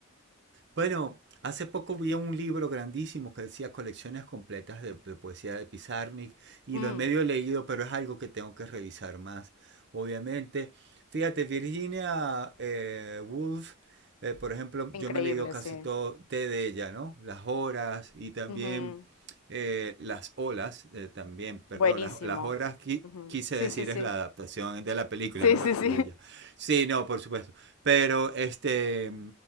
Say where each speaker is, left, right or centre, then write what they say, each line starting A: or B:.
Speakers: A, on the right; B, on the left.
A: Bueno, hace poco vi un libro grandísimo que decía colecciones completas de, de poesía de Pizarnik y
B: Mm,
A: lo he medio leído, pero es algo que tengo que revisar más, obviamente. Fíjate, Virginia eh, Woolf, eh, por ejemplo,
B: increíble,
A: yo me he leído casi
B: sí.
A: todo té de ella, ¿no? Las horas y también
B: Uh -huh.
A: eh, las olas, eh, también, perdón,
B: Buenísimo.
A: las, las horas qui-
B: Uh -huh.
A: quise
B: Sí,
A: decir
B: sí, sí.
A: es la adaptación de la película,
B: Sí,
A: no
B: sí,
A: lo escribió
B: sí. <laughs>
A: ella. Sí, no, por supuesto. Pero este,